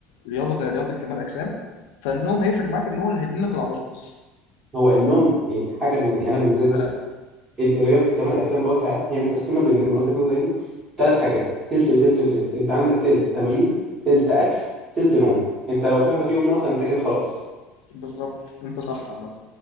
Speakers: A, on the left (about 85°); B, on the right (about 15°).
A: رياضة زي رياضة كمال أجسام فالنوم هيفرق معاك إن هو اللي هيبني لك العضلات أصلا
B: هو النوم يعني حاجه من يعني انا بالنسبه لي
A: آه
B: بص ال- الرياضه كمال الاجسام بوجه عام هي متقسمه بن- من وجهه نظري يعني ثلاث حاجات تلت وتلت وتلت انت عندك تلت تمرين تلت اكل تلت نوم انت لو في واحده فيهم ناقصه انت كده خلاص
A: بالظبط أنت صح عامة